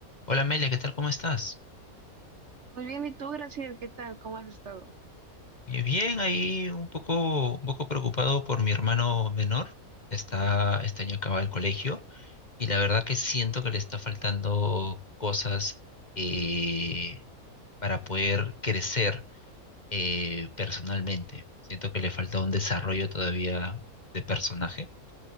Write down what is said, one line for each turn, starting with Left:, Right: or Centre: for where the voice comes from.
Left: Hola Amelia, ¿qué tal? ¿Cómo estás?
Right: Muy bien, ¿y tú, Graciel? ¿Qué tal? ¿Cómo has estado?
Left: Eh, Bien, ahí un poco, un poco preocupado por mi hermano menor. Está, este año acaba el colegio y la verdad que siento que le está faltando cosas eh, para poder crecer eh, personalmente. Siento que le falta un desarrollo todavía de personaje